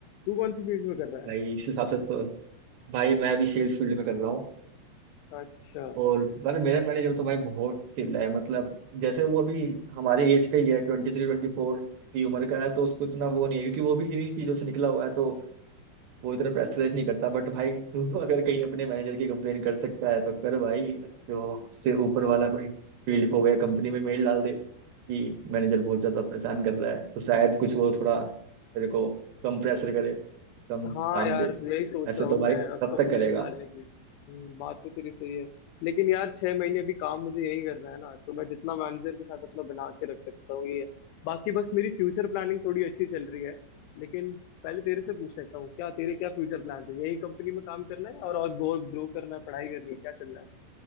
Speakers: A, on the left; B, on the right.
A: तू कौन सी फील्ड में कर रहा
B: भाई इस हिसाब से तो भाई मैं अभी सेल्स फील्ड में कर रहा हूँ
A: है अच्छा
B: और पर मेरा मैनेजर तो भाई बहुत चिल है मतलब जैसे वो अभी हमारे एज का ही है ट्वेंटी थ्री ट्वेंटी फोर की उम्र का है तो उसको इतना वो नहीं है क्योंकि वो भी इन्हीं चीजों से निकला हुआ है तो वो इतना प्रेशराइज नहीं करता बट भाई <laughs> तू अगर कहीं अपने मैनेजर की कंप्लेन कर सकता है तो कर भाई जो उससे ऊपर वाला कोई फील्ड पे हो गया कंपनी में मेल डाल दे कि मैनेजर बहुत ज्यादा परेशान कर रहा है तो शायद कुछ वो थोड़ा तेरे को कम प्रेशर करे कम
A: हाँ
B: काम
A: यार
B: दे
A: यही सोच
B: ऐसे
A: रहा
B: तो
A: हूँ
B: भाई
A: मैं
B: कब
A: अब कंप्लेंट
B: तक करेगा
A: डालने की हम्म, बात तो तेरी सही है लेकिन यार छह महीने अभी काम मुझे यही करना है ना तो मैं जितना मैनेजर के साथ अपना बना के रख सकता हूँ ये है बाकी बस मेरी फ्यूचर प्लानिंग थोड़ी अच्छी चल रही है लेकिन पहले तेरे से पूछ लेता हूँ क्या तेरे क्या फ्यूचर प्लान है यही कंपनी में काम करना है और और ग्रो करना है पढ़ाई करनी है क्या चलना है